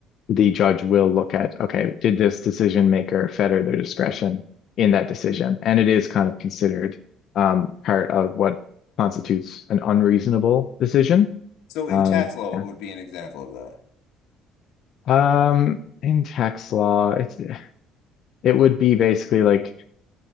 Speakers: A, on the left; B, on the left.
A: the judge will look at, okay, did this decision maker fetter their discretion in that decision? And it is kind of considered um, part of what constitutes an unreasonable decision.
B: So
A: Um,
B: in tax law,
A: yeah.
B: it would be an example of that.
A: Um, in tax law, it's it would be basically like